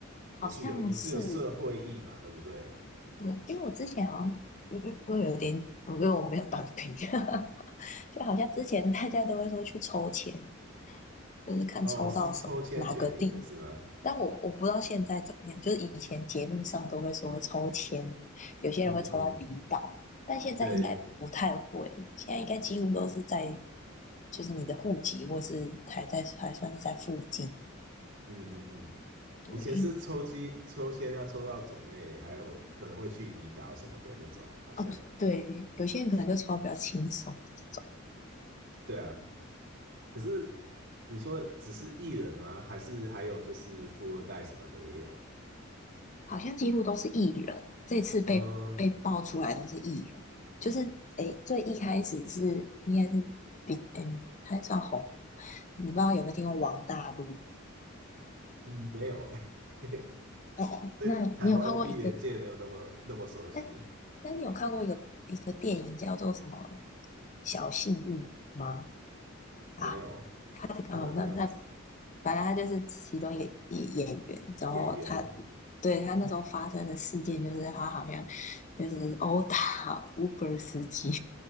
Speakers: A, on the left; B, on the right.
A: 好像是
B: 也是有也是有社会义嘛，对不对？
A: 对，因为我之前好像嗯嗯会有点，因得我没有当兵，<laughs> 就好像之前大家都会说去抽签，就是看抽到什么哪个地。
B: 哦，是抽签决定的是吗？
A: 但我我不知道现在怎么样，就是以前节目上都会说抽签，有些人会抽到离岛，
B: 嗯嗯嗯，
A: 但现在应该不太会，
B: 对，
A: 现在应该几乎都是在就是你的户籍或是还在还算是在附近。
B: 嗯嗯嗯，
A: 对，
B: 以前是抽机抽签要抽到种类，还有可能会去离岛什么的那种，好像。
A: 啊，对，有些人可能就抽到比较轻松的这种，
B: 对啊，可是你说只是艺人吗？还是还有就是富二代什么的也有？
A: 好像几乎都是艺人，这次被被爆出来都是艺人，
B: 呃，
A: 就是诶最一开始是应该是比嗯他算红，你不知道有没有听过王大陆？
B: 嗯没有哎、欸，<laughs>
A: <laughs> 哦，
B: 对台湾艺人界没有那么那么熟悉，
A: 那你有看过一个？那那你有看过一个一个电影叫做什么《小幸运》吗？
B: 没有，
A: 啊，他的啊，
B: 可能没有
A: 那那反正他就是其中一个一演员，然后他
B: 演员
A: 对他那时候发生的事件就是他好像就是殴打 Uber 司机，